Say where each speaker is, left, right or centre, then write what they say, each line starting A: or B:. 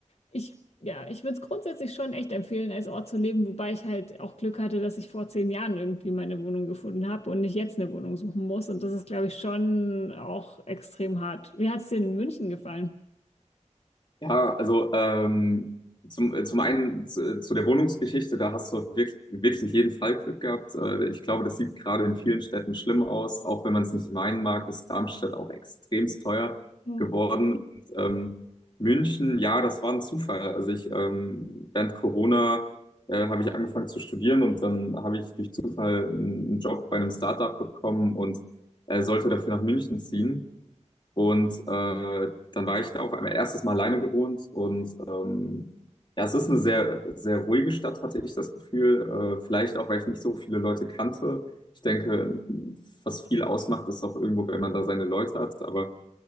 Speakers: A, on the left (about 55°); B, on the left (about 35°).
A: ich, ja, ich würde es grundsätzlich schon echt empfehlen, als Ort zu leben, wobei ich halt auch Glück hatte, dass ich vor zehn Jahren irgendwie meine Wohnung gefunden habe und nicht jetzt eine Wohnung suchen muss. Und das ist, glaube ich, schon auch extrem hart. Wie hat es dir in München gefallen?
B: Ja, also ähm, zum, äh, zum einen zu, zu der Wohnungsgeschichte, da hast du wirklich, wirklich jeden Fall Glück gehabt. Äh, Ich glaube, das sieht gerade in vielen Städten schlimm aus. Auch wenn man es nicht meinen mag, ist Darmstadt auch extremst teuer
A: Ja.
B: geworden. Und, ähm, München, ja, das war ein Zufall. Also ich, ähm, während Corona äh, habe ich angefangen zu studieren und dann habe ich durch Zufall einen einen Job bei einem Startup bekommen und äh, sollte dafür nach München ziehen. Und äh, dann war ich da auf einmal erstes Mal alleine gewohnt und ähm, ja, es ist eine sehr, sehr ruhige Stadt, hatte ich das Gefühl. Äh, vielleicht auch, weil ich nicht so viele Leute kannte. Ich denke, was viel ausmacht, ist auch irgendwo, wenn man da seine Leute hat. Aber